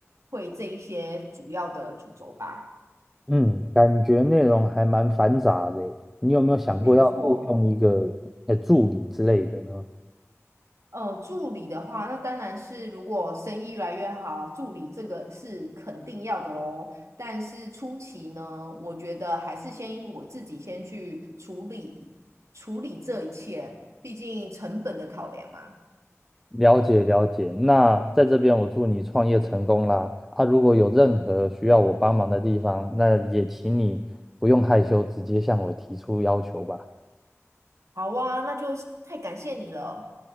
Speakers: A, on the right; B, in the centre.
A: 会这一些主要的主轴吧。
B: 嗯，感觉内容还蛮繁杂的耶你有没有想过要雇佣一个呃助理之类的呢？
A: 没错，呃，助理的话，那当然是如果生意越来越好，助理这个是肯定要的喽。但是初期呢，我觉得还是先我自己先去处理处理这一切，毕竟成本的考量嘛。
B: 了解了解，那在这边我祝你创业成功啦！啊，如果有任何需要我帮忙的地方，那也请你不用害羞，直接向我提出要求吧。
A: 好啊，那就是太感谢你了。